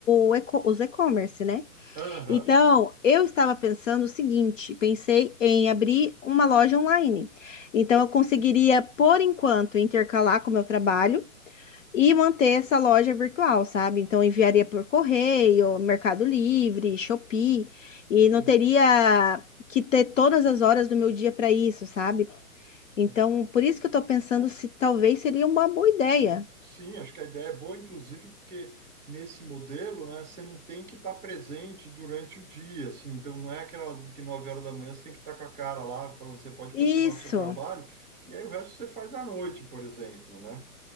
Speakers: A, on the left; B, on the right.
A: o eco- os e-commerce, né?
B: Aham,
A: Então, eu estava pensando o seguinte, pensei em abrir uma loja online. Então,
B: Pô,
A: eu conseguiria, por enquanto, intercalar com o meu trabalho e manter essa loja virtual, sabe? Então enviaria por correio, Mercado Livre, Shopee, e
B: sim.
A: não teria que ter todas as horas do meu dia para isso, sabe? Então,
B: Uhum.
A: por isso que eu tô pensando
B: é.
A: se talvez seria uma boa ideia.
B: Sim, acho que a ideia é boa, inclusive, porque nesse modelo, né, você não tem que estar presente durante o dia, assim, então não é aquela de que nove horas da manhã você tem que estar com a cara lá, falando você pode
A: Isso.
B: continuar o seu trabalho, e aí o resto você faz à noite, por exemplo, né?